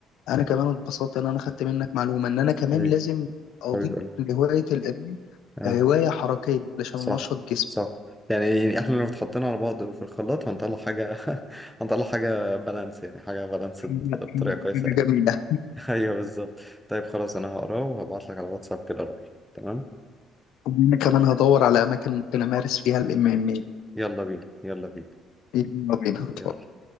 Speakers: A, on the left; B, in the centre.
A: انا كمان اتبسطت ان انا خدت منك معلومه ان انا كمان
B: حبيبي
A: لازم اضيف
B: حبيب قلبي
A: لهوايه القرايه
B: اه
A: آه، هوايه حركيه علشان
B: صح
A: انشط جسمي
B: صح يعني احنا لو اتحطينا على بعض في الخلاط هنطلع حاجة <laughs> هنطلع حاجة بالانس يعني حاجة بالانس
A: حاجة
B: بطريقة
A: حاجة
B: كويسة يعني
A: جميلة
B: <laughs> ايوه بالظبط طيب خلاص انا هقراه وهبعت لك على واتساب كده رأيي تمام
A: وأنا كمان هدور على أماكن ممكن أمارس فيها ال MMA
B: يلا بينا يلا بينا
A: يلا بينا
B: يلا